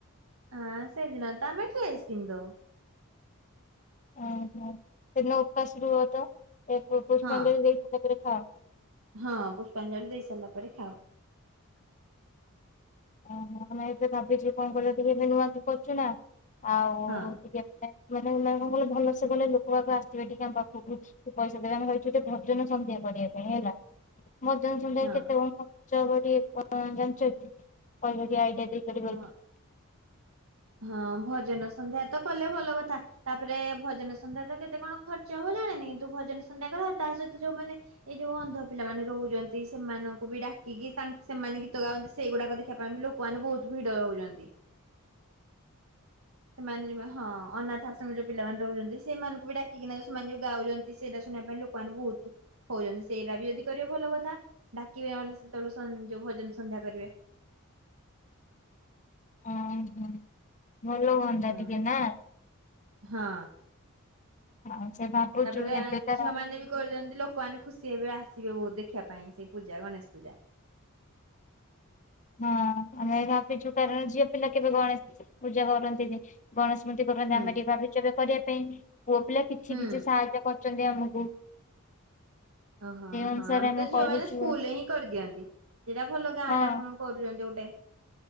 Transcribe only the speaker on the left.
ଓହୋ, ସେଦିନ ଉପାସ୍ ରୁହ ତ ପୁଷ୍ପାଞ୍ଜଳି
ଦେଇସାରିଲା ପରେ ଖାଅ।
ଓହୋ, ମାନେ ଏବେ ଭାବିଚୁ କଣ କହିଲ ଟିକେ ଏବେ ନୂଆ କି କରୁଚୁ ନା ଆଉ
ମାନେ କଣ କଲେ ଭଲସେ କଲେ ଲୋକ ବାକ ଆସିବେ ଟିକା ଆମ ପାଖକୁ। ପଇସା ଦେବେ ଆମେ ଭାବିଚୁ ଟିକେ ଭଜନ ସନ୍ଧ୍ୟା କରିବା ପାଇଁ ହେଲା। ଭଜନ ସନ୍ଧ୍ୟାରେ
କେତେ କଣ ଖର୍ଚ ହବ ‌ଟିକେ ଜାଣିଚ କି? କଣ ଗୋଟେ ଆଇଡିଆ ଦେଇପାରିବ
କି?
ଓ ହଁ ଭଲ ହୁଅନ୍ତା
ଟିକେ ନା?
ଆଉ ସେ ଭାବୁଛୁ
ଏବେକା
ହଁ ଆମେ ଭାବିଚୁ କାରଣ ଝିଅ ପିଲା କେବେ ଗଣେଶ ପୂଜା କରନ୍ତିନି। ଗଣେଶ ମୂର୍ତ୍ତି କରନ୍ତି
ଆମେ ଟିକେ ଭାବିଚୁ ଏବେ କରିବା ପାଇଁ। ପୁଅ ପିଲା କିଛି-କିଛି
ସାହାଯ୍ୟ କରୁଚନ୍ତି ଆମୁକୁ।
ଅନୁସାରେ
କରୁଛୁ
ହଁ